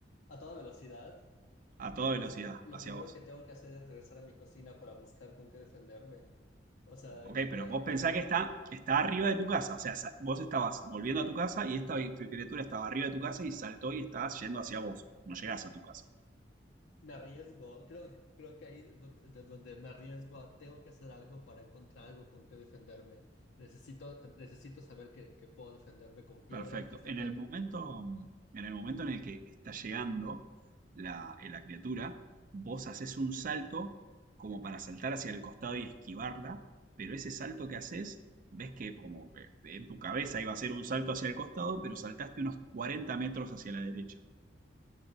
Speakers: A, on the left; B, on the right.
A: a toda velocidad.
B: A
A: No,
B: toda velocidad,
A: pues eh, lo
B: hacia
A: primero
B: vos.
A: que tengo que hacer es regresar a mi cocina para buscar con qué defenderme. O sea,
B: Ok,
A: y me,
B: pero vos
A: me-
B: pensás que está, está arriba de tu casa. O sea, sa- vos estabas volviendo a tu casa y esta vi- criatura estaba arriba de tu casa y saltó y estaba yendo hacia vos. No llegás a tu casa.
A: me arriesgo. Creo, creo que ahí es donde, de donde me arriesgo a tengo que hacer algo para encontrar algo con qué defenderme. Necesito, necesito saber que, que puedo defenderme con piedras.
B: Perfecto.
A: Listo
B: En
A: que...
B: el momento, en el momento en el que está llegando la, eh, la criatura, vos haces un salto como para saltar hacia el costado y esquivarla, pero ese salto que haces, ves que como que en tu cabeza iba a ser un salto hacia el costado, pero saltaste unos 40 metros hacia la derecha.